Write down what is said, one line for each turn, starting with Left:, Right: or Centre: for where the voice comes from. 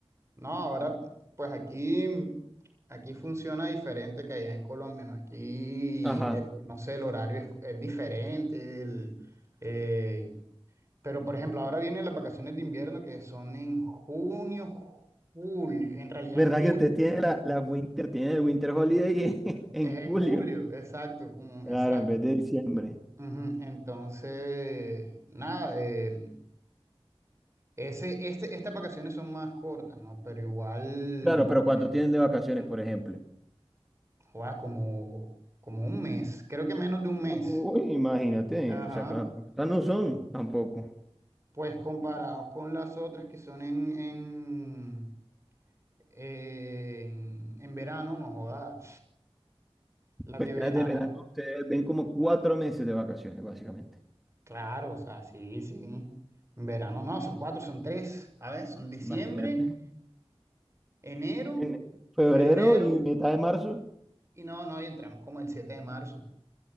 Right: No, ahora, pues aquí, aquí funciona diferente que allá en Colombia, ¿no? Aquí,
Centre: Ajá.
Right: el- no sé, el horario es, es diferente, el, eh, pero por ejemplo, ahora vienen las vacaciones de invierno que son en junio, julio, en realidad
Centre: ¿Verdad
Right: en julio,
Centre: que ustedes tienen la, la Winter, tienen el Winter Holiday <laughs> en, en
Right: es
Centre: julio?
Right: en julio, exacto, como,
Centre: Claro,
Right: exacto.
Centre: en vez de diciembre.
Right: Ujú, Entonces, nada, eh, ese, este, estas vacaciones son más cortas, ¿no? Pero igual,
Centre: Claro,
Right: no.
Centre: pero ¿cuánto
Right: eh,
Centre: tienen de vacaciones,
Right: ujú.
Centre: por ejemplo?
Right: Guau, como, como un mes, creo que menos de un mes.
Centre: Uy, imagínate,
Right: Ajá.
Centre: o sea, cu- cuántas no son tampoco.
Right: Pues comparados con las otras que son en, en, en, en verano, no jodas. Las
Centre: Pues
Right: de verano,
Centre: las de verano. Ustedes ven como cuatro meses de vacaciones, básicamente.
Right: claro, o sea, sí, sí. En verano no, son cuatro, son tres. A ver, son diciembre,
Centre: Imagínate.
Right: enero,
Centre: En febrero
Right: febrero
Centre: y mitad de marzo,
Right: y no, no, y entramos como el 7 de marzo.